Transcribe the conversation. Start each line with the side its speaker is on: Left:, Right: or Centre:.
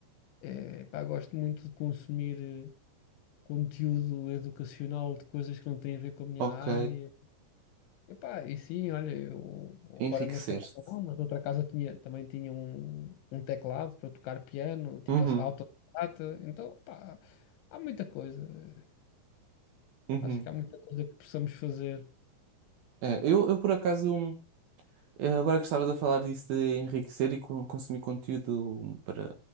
Left: Eh, epá, gosto muito de consumir eh, conteúdo educacional de coisas que não têm a ver com a minha
Right: Ok,
Left: área. Epá, e sim, olha, eu
Right: enriqueceste.
Left: agora nesta casa não, mas noutra casa tinha, também tinha um, um teclado para tocar piano, tipo
Right: Uhum,
Left: assim, autodidata. Então, pá, há muita coisa.
Right: uhum.
Left: Acho que há muita coisa que possamos fazer.
Right: É, eu, eu por acaso, hum, eh, agora que estavas a falar disso de enriquecer e con- consumir conteúdo para,